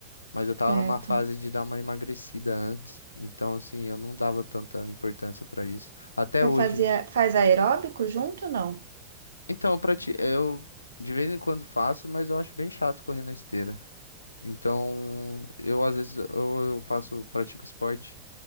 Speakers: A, on the left; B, on the right.
A: Mas eu tava
B: Certo.
A: numa fase de dar uma emagrecida antes, então assim, eu não dava tanta importância pra isso. Até
B: Você
A: hoje.
B: fazia, faz aeróbico junto, não?
A: Então, pra ti, eu de vez em quando faço, mas eu acho bem chato correr na esteira. Então, eu às vezes eu, eu faço, pratico esporte,